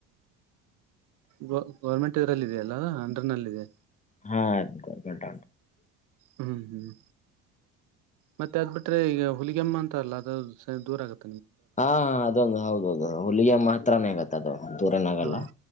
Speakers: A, on the right; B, on the left.
A: ಗ ಗೌರ್ಮೆಂಟ್ ಇದ್ರಲ್ಲಿಯ ಅಲ್ಲ ಹಂಡ್ರೆಡ್ ನಲ್ಲಿ ಇದೆ
B: ಹಾ ಗಂಟ
A: ಹ್ಮ್ ಹ್ಮ್ ಮತ್ತೆ ಅದು ಬಿಟ್ರೆ ಈಗ ಹುಲಿಗೆಮ್ಮ ಅಂತ ಅಲ್ಲ ಅದು ದೂರ ಆಗುತ್ತೆ
B: ಹಾ ಅದೊಂದು ಹೌದೌದು ಹುಲಿಗೆ ಮಾತ್ರಾನೇ ಆಗತ್ತೆ ಅದೊ ದೂರನ ಆಗಲ್ಲ
A: ಹೌದಾ